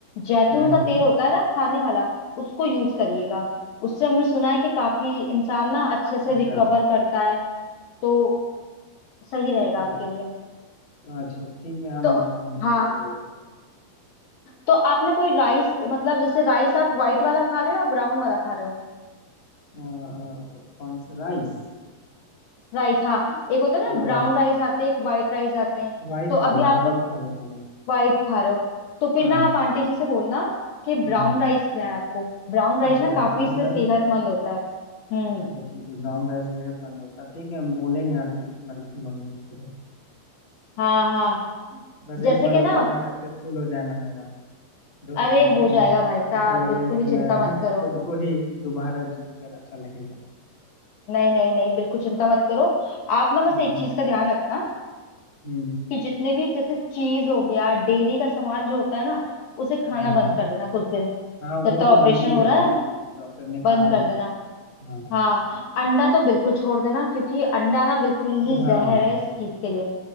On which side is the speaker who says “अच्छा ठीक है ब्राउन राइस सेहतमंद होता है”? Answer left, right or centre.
Left